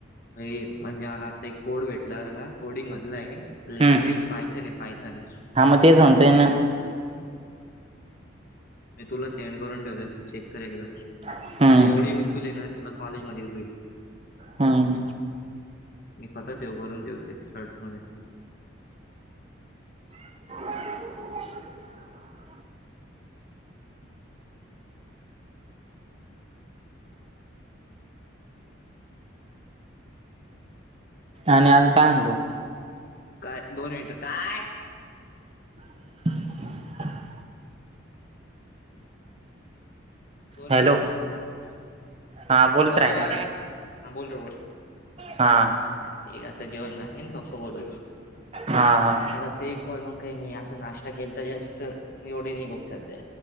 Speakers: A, on the left; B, on the right.
A: म्हणजे मला आता एक कोड भेटलावर का कोडिंग मधलं आहे लँग्वेज
B: हम्म
A: पायथन आहे पायथन
B: हां मग ते संतन
A: मी तुला सेंड करून ठेवते चेक कर एकदा
B: हम्म
A: म्हणजे एवढी युजफुल आहे ना तुला कॉलेजमध्ये होतय
B: हम्म
A: मी स्वतःचेव करून ठ देवतेर् मध्ये
B: <inaudible> आणि आज काय आणतो
A: काय दोन मिनिटं काय
B: <inaudible>
A: दोन
B: हॅलो
A: मिनिट
B: हां बोलत
A: बरं
B: राही ना
A: बर हा बोल बोल
B: हा
A: ते असं जेवण राखेन तप्प बून
B: हां हां
A: आता ते कलमण काही नाही असं नाश खेळता जस्ट एवढे नि बुक सध्या